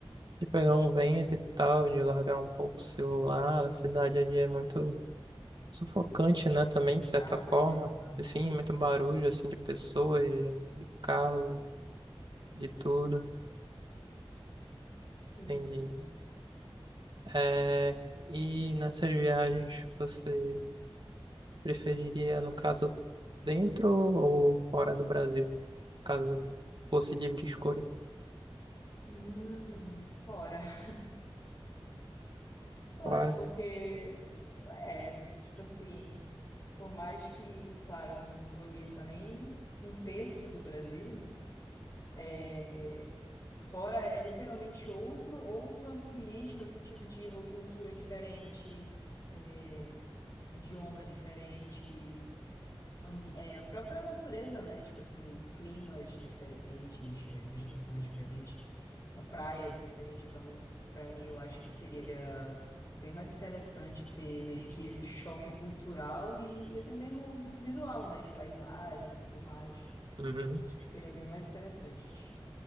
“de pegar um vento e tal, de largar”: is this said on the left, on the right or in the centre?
Right